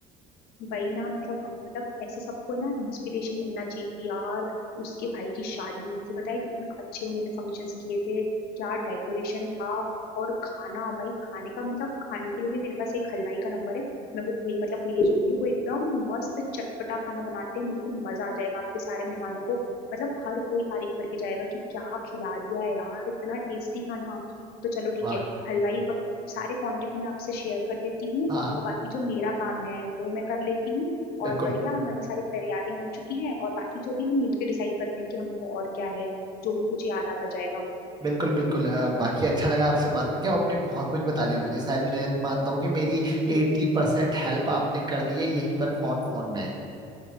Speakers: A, on the left; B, on the right.
A: वही ना मतलब हम मतलब ऐसे सबको है ना इंस्पिरेशन मिलना चाहिए कि यार उसके भाई की शादी हुई थी बताए कितना अच्छे उन्होंने फंक्शंस किए थे क्या डेकोरेशन था और खाना भाई खाने का मतलब खाने के लिए भी मेरे पास एक हलवाई का नंबर है मैं वो भे, मतलब भेज दूंगी वो एकदम मस्त चटपटा खाना बनाते हैं बिल्कुल मजा आ जाएगा आपके सारे मेहमानों को मतलब हर कोई तारीफ करके जाएगा कि क्या खिला दिया है यार इतना टेस्टी खाना तो चलो ठीक
B: वाह
A: है हलवाई ब- सारे कांटेक्ट मैं आपसे शेयर कर देती हूँ
B: हाँ
A: और बाकी जो मेरा काम है वो मैं कर लेती हूँ
B: बिल्कुल
A: और बढ़िया हमारी सारी तैयारियां हो चुकी हैं और बाकी जो भी हम मिलके डिसाइड करते हैं कि हमको और क्या है जो भी कुछ याद आता जाएगा
B: बिल्कुल बिल्कुल अ, बाकी अच्छा लगा आपसे बात करके आपने बहुत कुछ बता दिया मुझे शायद मैं मानता हूँ कि मेरी एट्टी परसेंट हेल्प आपने कर दी है यहीं पर फोन फोन में